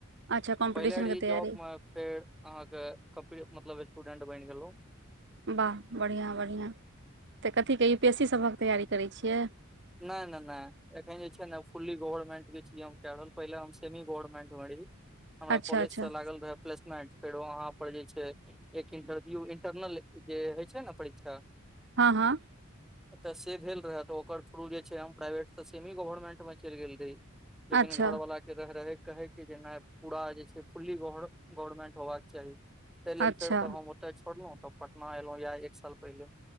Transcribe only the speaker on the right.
अच्छा कॉम्पिटिशन
के तैयारी
वाह बढ़िया बढ़िया तऽ कथि केँ यू पी एस सी सभक तैयारी करै छियै
अच्छा
अच्छा
हँ हँ
अच्छा
अच्छा